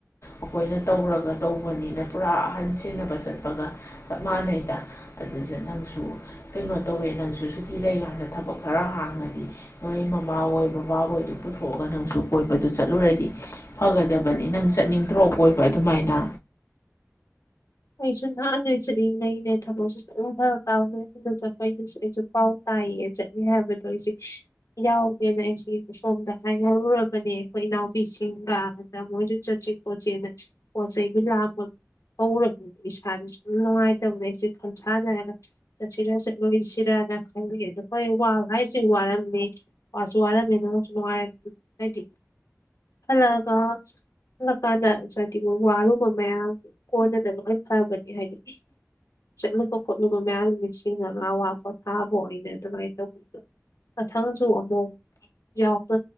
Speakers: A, on the left (about 65°); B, on the left (about 80°).
A: ꯑꯈꯣꯏꯅ ꯇꯧꯔꯒ ꯇꯧꯕꯅꯤꯅ ꯄꯨꯔꯥ ꯑꯍꯟ ꯁꯦꯟꯅꯕ ꯆꯠꯄꯒ ꯆꯞ ꯃꯥꯅꯩꯗ ꯑꯗꯨꯗ ꯅꯪꯁꯨ ꯀꯩꯅꯣ ꯇꯧꯋꯦ ꯅꯪꯁꯨ ꯁꯨꯇꯤ ꯂꯩ ꯀꯣꯟꯗ ꯊꯕꯛ ꯈꯔ ꯍꯥꯡꯉꯗꯤ ꯅꯣꯏ ꯃꯃꯥ ꯍꯣꯏ ꯕꯕꯥ ꯍꯣꯏ ꯄꯨꯊꯣꯛꯂꯒ ꯅꯪꯁꯨ ꯀꯣꯏꯕꯗꯨ ꯆꯠꯂꯨꯔꯗꯤ ꯐꯒꯗꯕꯅꯤ <unintelligible> ꯆꯠꯅꯤꯡꯗ꯭ꯔꯣ ꯀꯣꯏꯕ ꯑꯗꯨ ꯃꯥꯏꯅ
B: ꯑꯩꯁꯨ ꯅꯍꯥꯟꯗꯩ ꯆꯠꯅꯤꯡ ꯂꯩꯅꯦ ꯊꯕꯛꯁꯨ ꯁꯨꯝ ꯐꯔꯛ ꯇꯥꯕ <unintelligible> ꯆꯠꯄꯩꯗꯨꯁꯨ ꯑꯩꯁꯨ ꯄꯥꯎ ꯇꯥꯏꯌꯦ ꯆꯠꯂꯤ ꯍꯥꯏꯕꯗꯣ ꯑꯩꯁꯦ ꯌꯥꯎꯒꯦꯅ ꯑꯩꯁꯦ ꯁꯣꯝꯗ ꯍꯥꯏꯅꯔꯨꯔꯕꯅꯦ ꯑꯈꯣꯏ ꯏꯅꯥꯎꯄꯤꯁꯤꯡꯒ ꯑꯗ ꯃꯣꯏꯁꯨ ꯆꯠꯁꯦ ꯈꯣꯠꯁꯦꯅ ꯄꯣꯠꯆꯩꯕꯨ ꯂꯥꯡꯍꯧꯔ ꯏꯁꯥꯗꯤ ꯁꯨꯝ ꯅꯨꯡꯉꯥꯏꯇꯕꯗꯣ ꯏꯆꯦ ꯈꯟꯁꯥꯅꯔꯒ ꯆꯠꯁꯤꯔ ꯆꯠꯂꯣꯏꯁꯤꯔꯅ ꯈꯜꯂꯤ ꯑꯗꯣ ꯍꯤꯏ ꯋꯥꯕ ꯍꯥꯏꯁꯦ ꯋꯥꯔꯝꯅꯤ ꯋꯥꯁꯨ ꯋꯥꯔꯝꯅꯤ ꯑꯗꯣ ꯅꯨꯡꯁꯨ ꯅꯨꯡꯉꯥꯏ <unintelligible> ꯍꯜꯂꯛꯑꯒ ꯍꯜꯂꯛꯑꯀꯟꯗ <unintelligible> ꯋꯥꯔꯨꯕ ꯃꯌꯥꯝ <unintelligible> <unintelligible> ꯍꯥꯏꯗꯤ ꯆꯠꯂꯨꯕ ꯈꯣꯠꯂꯨꯕ ꯃꯌꯥꯝ ꯅꯤꯡꯁꯤꯡꯉꯒ ꯑꯋꯥ ꯄꯣꯊꯥꯕꯥ ꯑꯣꯏꯅ ꯑꯗꯨꯃꯥꯏ ꯇꯧꯈꯤꯕꯗꯣ ꯃꯊꯪꯁꯨ ꯑꯃꯨꯛ ꯌꯥꯎꯕ